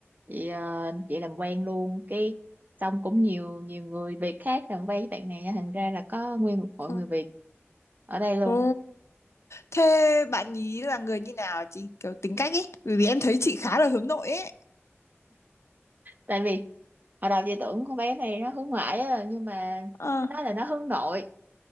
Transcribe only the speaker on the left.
Ừ.
Ồ. Thế bạn ý là người như nào chị? Kiểu tính cách ấy. Bởi vì em thấy chị khá là hướng nội ấy.
Ờ.